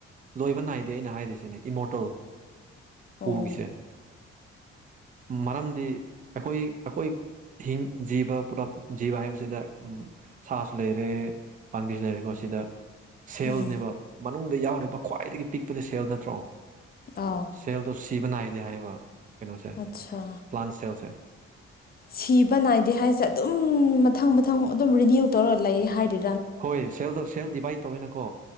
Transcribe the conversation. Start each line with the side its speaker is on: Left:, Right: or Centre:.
Right: ꯂꯣꯏꯕ ꯅꯥꯏꯗꯦ ꯑꯩꯅ ꯍꯥꯏꯔꯤꯁꯤꯅꯦ ꯏꯃꯣꯇꯣ
Left: ꯑꯣ
Right: ꯄꯨꯒꯁꯦ ꯃꯔꯝꯗꯤ ꯑꯩꯈꯣꯏ ꯑꯩꯈꯣꯏ ꯍꯤꯡ ꯖꯤꯕ ꯄꯨꯂꯞ ꯖꯤꯕ ꯍꯥꯏꯕꯁꯤ ꯁꯤꯗ ꯁꯥꯁꯨ ꯂꯩꯔꯦ ꯄꯥꯝꯕꯤꯁꯨ ꯂꯩꯔꯦꯀꯣ ꯁꯤꯗ ꯁꯦꯜꯅꯦꯕ
Left: ꯎꯝ
Right: ꯃꯅꯨꯡꯗ ꯌꯥꯎꯔꯤꯕ ꯈ꯭ꯋꯥꯏꯗꯒꯤ ꯄꯤꯛꯄꯗꯤ ꯁꯦꯜ ꯅꯠꯇ꯭ꯔꯣ
Left: ꯑꯥ
Right: ꯁꯦꯜꯗꯣ ꯁꯤꯕ ꯅꯥꯏꯗꯦ ꯍꯥꯏꯕ ꯀꯩꯅꯣꯁꯦ
Left: ꯑꯠꯆꯥ
Right: ꯄ꯭ꯂꯥꯟ ꯁꯦꯜꯁꯦ
Left: ꯁꯤꯕ ꯅꯥꯏꯗꯦ ꯍꯥꯏꯁꯦ ꯑꯗꯨꯝ ꯃꯊꯪ ꯃꯊꯪ ꯑꯗꯨꯝ ꯔꯤꯅ꯭ꯌꯨ ꯇꯧꯔ ꯂꯩ ꯍꯥꯏꯔꯗꯤ
Right: ꯍꯣꯏ ꯁꯦꯜꯗꯣ ꯁꯦꯜ ꯗꯤꯚꯥꯏꯠ ꯇꯧꯋꯤꯅꯀꯣ